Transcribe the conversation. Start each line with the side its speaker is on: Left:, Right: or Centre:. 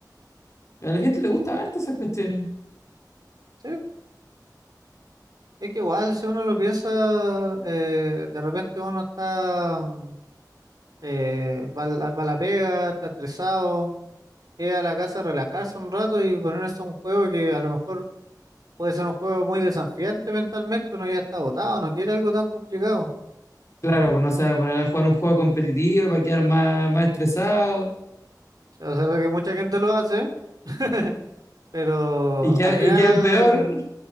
Left: A la gente le gusta harto esas cuestiones.
Right: ¿sí? Es que igual, si uno lo piensa, eh, de repente uno está, mm, eh, va, a la va a la pega, está estresado, llega a la casa a relajarse un rato y ponerse un juego que a lo mejor Puede ser un juego muy desafiante mentalmente, uno ya está agotado, no quiere algo tan complicado.
Left: Claro, pues no se va a poner a jugar un juego competitivo para quedar más, más estresado
Right: O sea, a pesar de que mucha gente lo hace, <laughs> pero
Left: y, queda-
Right: al final,
Left: y quedan peor.